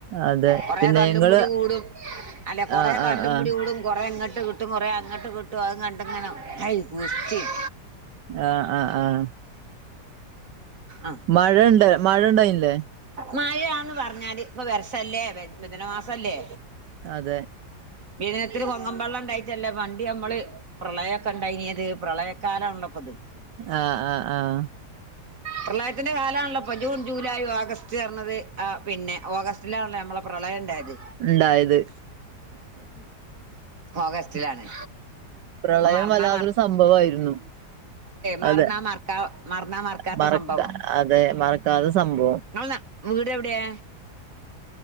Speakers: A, on the right (about 80°); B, on the right (about 50°).
A: അതെ
B: കൊറേ
A: പിന്നെ
B: തല്ലുംപിടി
A: ഇങ്ങള്
B: കൂടും. അല്ലേ കുറേ
A: ആഹ്
B: തല്ലും
A: ആഹ് ആഹ്
B: പിടി കൂടും കുറെ ഇങ്ങോട്ട് കിട്ടും. ഇട്ട് കുറേ അങ്ങോട്ട് കിട്ടുവ അത് കണ്ടിങ്ങനെ കൈ - <inaudible>
A: ആഹ് ആഹ് ആഹ്
B: ആഹ്
A: മഴണ്ട് മഴ ഇണ്ടായില്ലേ
B: മഴ ആന്ന് പറഞ്ഞാല് ഇപ്പൊ വർസല്ലേ വദന മാസംല്ലേ.
A: അതെ
B: പിനെ ഇത്തിരി കൊങ്ങമ്പള്ളം ഇണ്ടായിട്ടല്ലേ വണ്ടി നമ്മള് പ്രളയൊക്കെ ഇണ്ടായിനത് പ്രളയക്കാലാണള്ളപ്പൊത്.
A: ആഹ് ആഹ് ആഹ്
B: പ്രളയത്തിന്റെ കാലാണല്ലോ അപ്പൊ ജൂൺ ജൂലൈ ഓഗസ്റ്റ് വെർണത് ആ പിന്നെ ഓഗസ്റ്റ്- അത്തിലാണല്ലോ നമ്മള പ്രളയണ്ടായത്.
A: ഉണ്ടായത്
B: ഓഗസ്റ്റിലാണ്
A: <inaudible> പ്രളയം
B: മറന്നാ
A: വല്ലാതൊരു
B: മറ
A: സംഭവമായിരുന്നു
B: മറന്നാ
A: അതെ.
B: മറക്കാ മറന്നാ മറക്കാത്ത
A: മറക്കാ
B: സംഭവം
A: അതെ മറക്കാത്തെ സംഭവം.
B: <unintelligible> വീട് എവിടെയ?